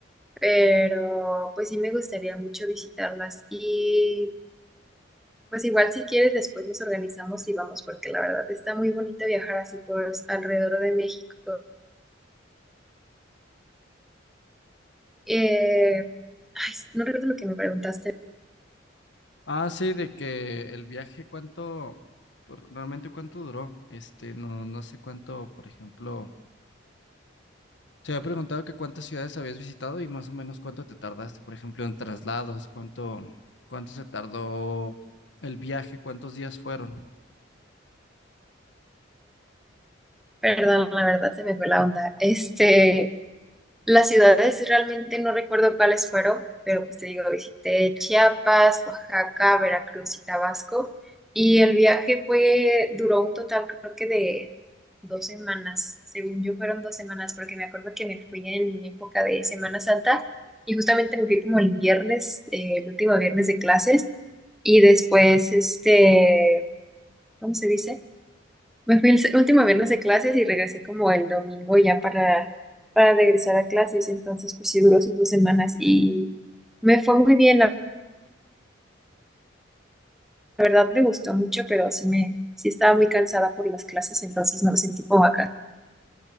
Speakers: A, in the centre; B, on the left.
A: pero pues sí me gustaría mucho visitarlas. Y pues igual si quieres después nos organizamos y vamos, porque la verdad está muy bonito viajar así por alrededor de México. Eh, ay, no recuerdo lo que me preguntaste.
B: Ah, sí, de que el viaje, ¿cuánto, por- realmente cuánto duró? Este, no, no sé cuánto, por ejemplo, te había preguntado que cuántas ciudades habías visitado y más o menos cuánto te tardaste, por ejemplo, en traslados, cuánto, cuánto se tardó el viaje, cuántos días fueron.
A: Perdón, la verdad se me fue la onda. Este... Las ciudades realmente no recuerdo cuáles fueron, pero pues te digo, visité Chiapas, Oaxaca, Veracruz y Tabasco. Y el viaje fue, duró un total creo que de dos semanas. Según yo fueron dos semanas, porque me acuerdo que me fui en época de Semana Santa y justamente me fui como el viernes, eh, el último viernes de clases. Y después, este, ¿cómo se dice? Me fui el se- último viernes de clases y regresé como el domingo ya para, para regresar a clases. Entonces, pues sí duró sus dos semanas y me fue muy bien. La la verdad me gustó mucho, pero sí me, sí estaba muy cansada por las clases, entonces no me sentí como acá.